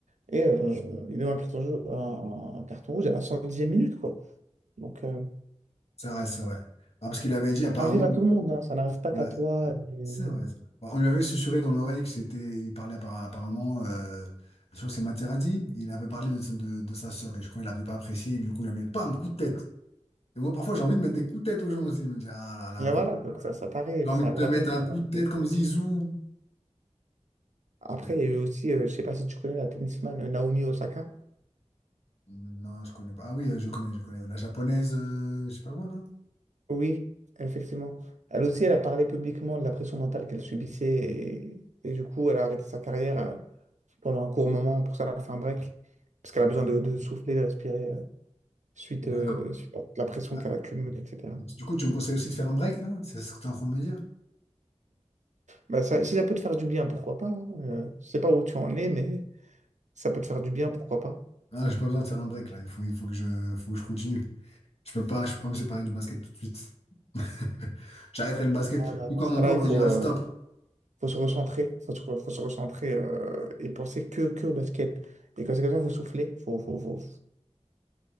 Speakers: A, on the right (about 80°); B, on the left (about 60°).
A: et euh, il a eu un carton, jaune- un, un carton rouge à la cent dixième minute, quoi. Donc, euh,
B: C'est vrai, c'est vrai. Ah, parce qu'il avait dit apparemment.
A: ça arrive à tout le monde, hein, ça n'arrive pas
B: Ouais,
A: qu'à toi. Et,
B: c'est vrai, c'est vrai. Bon, On lui avait susurré dans l'oreille que c'était. Il parlait appara- apparemment. euh, je crois que c'est Materazzi. Il avait parlé de, de- de sa sœur et je crois qu'il n'avait pas apprécié. Du coup, il a mis pam, coup de tête. Et moi, parfois, j'ai envie de mettre des coups de tête aux gens aussi. Je me dis, ah là là,
A: et
B: mais
A: voilà, donc ça, ça t'arrive,
B: J'ai envie
A: ça
B: de
A: arrive
B: te mettre
A: à tout le
B: un coup de tête
A: monde.
B: comme Zizou.
A: Après,
B: Mais,
A: il y a eu aussi, euh, je sais pas si tu connais la tennisman euh, Naomi Osaka.
B: Non, je connais pas. Ah oui, euh, je connais, je connais. La japonaise, euh, je sais pas quoi, là.
A: Oui, effectivement. Elle
B: Ouais.
A: aussi, elle a parlé publiquement de la pression mentale qu'elle subissait et, et du coup, elle a arrêté sa carrière euh, pendant un court moment. Pour ça, elle a fait un break parce qu'elle
B: Bah,
A: a besoin de, de souffler, de respirer euh, suite,
B: D'accord.
A: euh, suite à la pression
B: Ah,
A: qu'elle accumule, etc.
B: Du coup, tu me conseilles aussi de faire un break, là? C'est ce que tu es en train de me dire?
A: Bah, ça- si ça peut te faire du bien, pourquoi pas. hein. Euh, je sais pas où tu en es, mais ça peut te faire du bien, pourquoi pas.
B: Ah, j'ai pas besoin de faire un break, là. Il faut, il faut que je, faut que je continue. Je peux pas, je peux pas me séparer du basket tout de suite. <laughs> J'arrêterai le basket.
A: Ah,
B: Tout
A: bah, dans
B: quand
A: ce
B: mon
A: cas-là,
B: corps
A: il
B: me
A: faut,
B: dira
A: euh,
B: stop.
A: faut se recentrer, faut se, re- faut se recentrer euh, et penser que, que au basket. Et quand c'est comme ça, il faut souffler, faut, faut, faut,